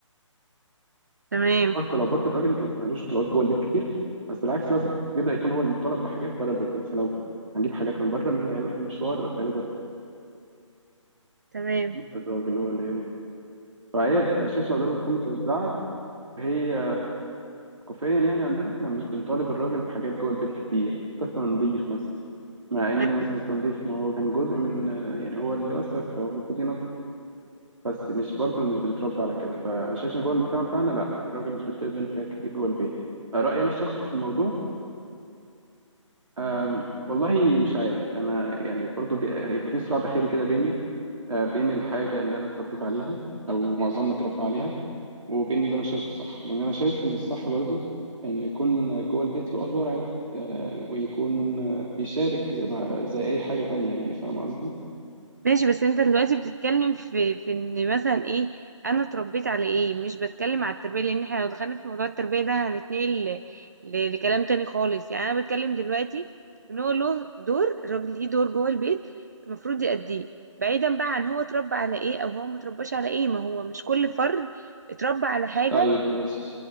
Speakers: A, on the right; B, on the right.
A: تمام
B: آه، طلبات الراجل ملوش طلبات جوه البيت كتير بس بالعكس بقى بيبدأ يكون هو المطالب بحاجات بره البيت يعني مثلا لو هنجيب حاجات من بره مين اللي هيروح المشوار غالبا
A: تمام
B: الراجل هو اللي هيروح فهي انا شايف الادوار بتكون متوزعه هي كوفيا يعني عندنا احنا مش بنطالب الراجل بحاجات جوه البيت كتير حتى التنظيف مثلا مع ان
A: أيوه.
B: مثلا التنظيف ما هو كان جزء من يعني هو اللي وسخ فهو المفروض ينظف بس مش برضه مش بنتربى على كده فانا شايف ان جوه المجتمع بتاعنا لا الراجل مش بيطلب منه حاجات كتير جوه البيت رأيي انا الشخصي في الموضوع أم، والله مش عارف انا يعني برضو دي هيبقى في صراع داخلي كده بيني أه، بين الحاجه اللي انا اتربيت عليها او معظمنا اتربى عليها وبين اللي انا شايفه صح لان انا شايف ان الصح برضو ان يكون جوه البيت له ادوار عادي أه، ويكون أه، بيشارك زي ما زي اي حاجه تانية يعني فاهم قصدي
A: ماشي بس انت دلوقتي بتتكلم في في ان مثلا ايه انا اتربيت على ايه مش بتكلم على التربيه لان احنا لو دخلنا في موضوع التربيه ده هنتنقل ل- ل- لكلام تاني خالص يعني انا بتكلم دلوقتي ان هو له دور الراجل ليه دور جوه البيت المفروض يأديه بعيدا بقى عن هو اتربى على ايه او هو مترباش على ايه ما هو مش كل فرد اتربى على حاجه
B: طيب ماشي